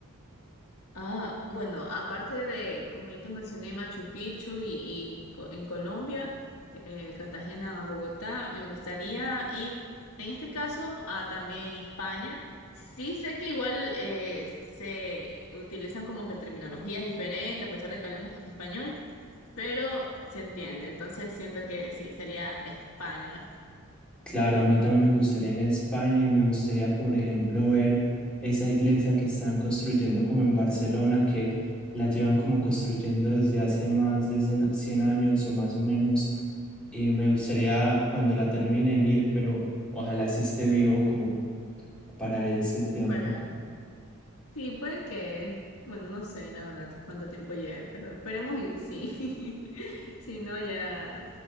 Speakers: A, on the left; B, in the centre.
A: Ah, bueno, aparte de, como ya te mencioné, Machu Picchu y, y co- en Colombia, eh, Cartagena, Bogotá, me gustaría ir, en este caso, a también España. Sí sé que igual eh, se utilizan como que terminologías diferentes, a pesar de que hablemos español, pero se entiende. Entonces siento que sí, sería España
B: Claro, a mí también me gustaría ir a España y me gustaría, por ejemplo, ver esa iglesia que están construyendo como en Barcelona, que la llevan como construyendo desde hace más de cien- 100 años o más o menos. Y me gustaría cuando la terminen ir, pero ojalá sí esté vivo como para ese tiempo.
A: para Sí, puede que, bueno, no sé la verdad cuánto tiempo lleve, pero esperemos y sí. <laughs> Si no, ya